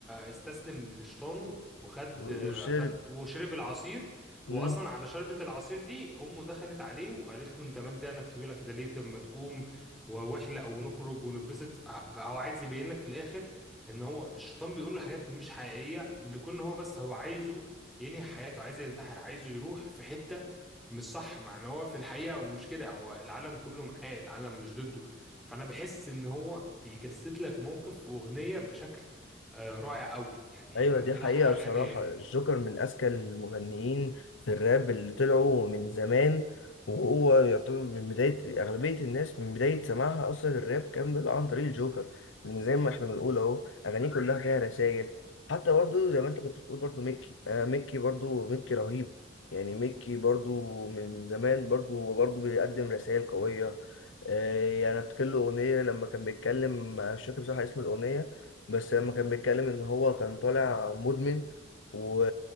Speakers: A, in the centre; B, on the left (about 85°).
A: استسلم لشيطانه وخد
B: و- وشرب
A: خد وشرب العصير وأصلا
B: مم.
A: على شربة العصير دي أمه دخلت عليه وقالت له أنت مال دقنك طويلة كده ليه لما تقوم واحلق ونخرج ونتبسط ه- فهو عايز يبين لك في الآخر إن هو الشيطان بيقول له حاجات مش حقيقية لكون هو بس هو عايزه ينهي حياته عايزه ينتحر عايزه يروح في حتة مش صح مع ان هو في الحقيقة هو مش كده هو العالم كله معاه العالم مش ضده فانا بحس ان هو بيجسد لك موقف واغنية بشكل آه، رائع قوي يعني
B: ايوه
A: من
B: دي
A: من
B: حقيقة
A: احلى اغاني
B: بصراحة الجوكر من اذكى المغنيين في الراب اللي طلعوا من زمان وهو يعتبر من بداية أغلبية الناس من بداية سماعها أصلا الراب كان بيبقى عن طريق الجوكر لأن زي ما احنا بنقول أهو أغانيه كلها فيها رسائل حتى برضو زي ما أنت كنت بتقول برضو ميكي آه ميكي برضو ميكي رهيب يعني ميكي برضو من زمان برضو هو برضو بيقدم رسائل قوية إيه، يعني افتكر له اغنيه لما كان بيتكلم مش فاكر بصراحه اسم الاغنيه بس لما كان بيتكلم ان هو كان طالع مدمن و...